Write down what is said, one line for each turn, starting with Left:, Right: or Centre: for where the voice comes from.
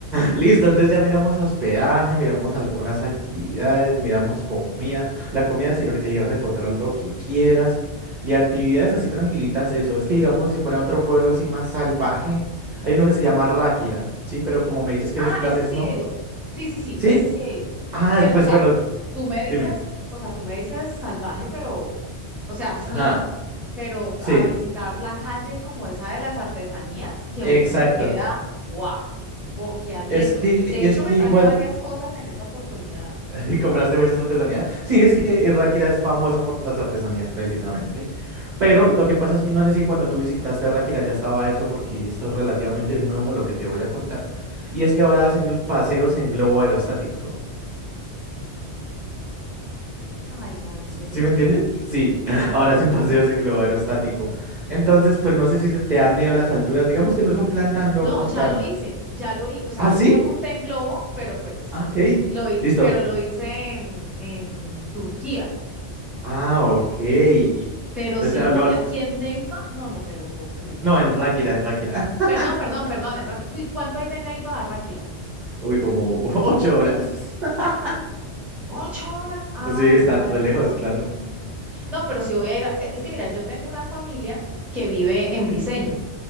Right: listo. Entonces ya miramos hospedaje, miramos algunas actividades, miramos comida. La comida, sí, lo que te llevas a encontrar lo que quieras. Y actividades así tranquilitas, eso. Es que digamos, si fuera otro pueblo así más salvaje, hay uno que se llama Ráquira, ¿sí? Pero como me dices que
Centre: Ah,
Right: esos planes
Centre: ese sí
Right: no,
Centre: he ido. Sí, sí, sí,
Right: ¿sí?
Centre: ese sí he ido.
Right: Ah,
Centre: Pero,
Right: pues
Centre: o sea,
Right: bueno, t-
Centre: tú me dices,
Right: dime.
Centre: o sea, tú me dices salvaje, pero, o sea, fui,
Right: Ajá,
Centre: pero
Right: sí,
Centre: a visitar la calle como esa de las artesanías, que
Right: exacto.
Centre: uno se queda, guau, boquiabierto.
Right: Es que,
Centre: De
Right: es
Centre: hecho,
Right: que
Centre: me traje
Right: igual,
Centre: varias cosas en esa oportunidad.
Right: <laughs> ¿compraste muchas artesanías? Sí, es que Ráquira es famoso por las artesanías precisamente. Pero lo que pasa es que no sé si cuando tú visitaste Ráquira ya estaba eso, porque esto es relativamente nuevo lo que te voy a contar. Y es que ahora hacen gl- paseos en globo aerostático.
Centre: Ay, no, ¿en serio?
Right: ¿Sí sí me entiendes? Sí,
Centre: <gasps>
Right: <laughs>
Centre: ¡Ah!
Right: ahora hacen paseos en globo aerostático. Entonces, pues no sé si te te dan miedo las alturas. Digamos que no es un plan tan loco,
Centre: No, ya
Right: tan...
Centre: lo hice, ya lo hice, o sea,
Right: ¿Ah,
Centre: yo
Right: sí?
Centre: ya monté en globo, pero pues,
Right: Ah, ok.
Centre: lo, hi-
Right: Listo.
Centre: pero lo hice en, en Turquía.
Right: Ah, ok. Entonces,
Centre: Pero si
Right: ah,
Centre: lo
Right: lo
Centre: hay
Right: has-
Centre: aquí en Neiva, no, no te lo puedo creer.
Right: No, en Ráquira, en Ráquira. <laughs>
Centre: Perdón, perdón, perdón, en Ráquira. Uy, ¿cuánto hay de Neiva a Ráquira?
Right: Uy, como <laughs> ocho horas. <laughs>
Centre: ¿Ocho horas? Ah,
Right: Sí, está
Centre: no, esa
Right: re
Centre: vaina
Right: lejos,
Centre: está muy
Right: claro.
Centre: lejos. No, pero si voy a ir a... Es que mira, yo tengo una familia que vive en Briseño.